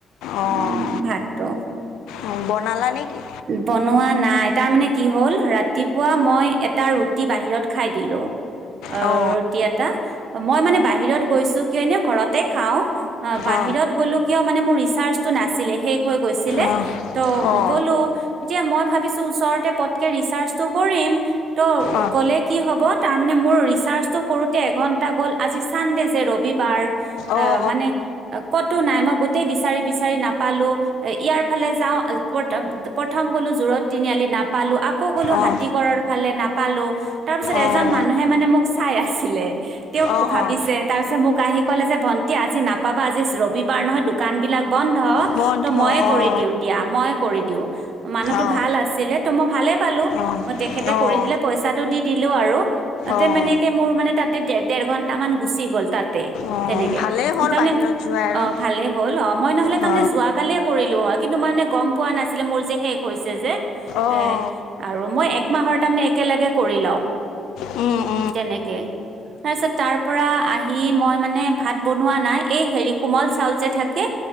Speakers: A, on the left; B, on the right.
A: অঁ
B: উম। ভাতটো
A: অঁ বনালা নেকি
B: বনোৱা নাই তাৰ মানে কি হ'ল ৰাতিপুৱা মই এটা ৰুটি বাহিৰত খাই দিলো। অ
A: অঁ অঁ
B: ৰুটি এটা মই মানে বাহিৰত গৈছো কিয় এনে মানে ঘৰতে খাওঁ অ বাহিৰত
A: অঁ অঁ
B: গ'লো কিয় মানে মোৰ ৰিচাৰ্জটো নাছিলে, শেষ হৈ গৈছিলে
A: অঁ
B: ত
A: অঁ অঁ অঁ
B: গ'লো এতিয়া মই ভাবিছো ওচৰতে পত তকে ৰিচাৰ্চটো কৰিম ত'
A: অঁ অঁ অঁ
B: গ'লে কি হ'ব তাৰমানে মোৰ ৰিচাৰজটো কৰোতে এঘন্টা মান গ'ল আজি ছানডে যে ৰবিবাৰ
A: অঁ
B: অ মানে ক'তো নাই মই গোটেই বিচাৰি বিচাৰি নাপালো ইয়াৰ ফালে যাওঁ প্ৰথম গ'লো জোৰত তিনিআলি নাপালো, আকৌ গ'লো
A: অঁ
B: হাতী গড়ৰ ফালে নাপালো তাৰপিছত
A: অঁ
B: এজন মানুহে মানে মোক চাই আছিলে, তেওঁ
A: অঁ
B: ভাবিছে
A: অঁ
B: তাৰপিছত মোক আহি ক'লে যে ভণ্টি আজি নাপাবা আজি ৰবিবাৰ নহয় দোকান বিলাক বন্ধ
A: বন্ধ
B: ত' ময়েই
A: অঁ
B: কৰি দিওঁ দিয়া ময়েই কৰি দিওঁ। মানুহটো
A: অঁ
B: ভাল আছিলে, ত মই ভালে পালো
A: অঁ
B: তেখেতে
A: অঁ
B: কৰি দিলে পইচা টো দি দিলো আৰু মানে
A: অঁ
B: তেনেকেই মোৰ মানে তাতেই দেৰ ঘন্টা মান গুচি গ'ল। তাতেই
A: অঁ
B: তেনেকে
A: ভালেই হ'ল
B: তাৰমানে
A: বাহিৰত যোৱা আৰু
B: অ ভালেই হ'ল, অ মই নহ'লে
A: অঁ
B: তাৰমানে যোৱা কালিয়েই কৰিলো হয় কিন্তু মানে গ'ম পোৱা নাছিলো মোৰ যে শেষ হৈছে যে
A: অঁ
B: এ আৰু মই একমাহৰ তাৰমানে একেলগে কৰি লওঁ।
A: অঁ
B: তেনেকে। তাৰপিছত তাৰপৰা আহি মই মানে ভাত বনোৱা নাই, এই হেৰি কোমল চাউল যে থাকে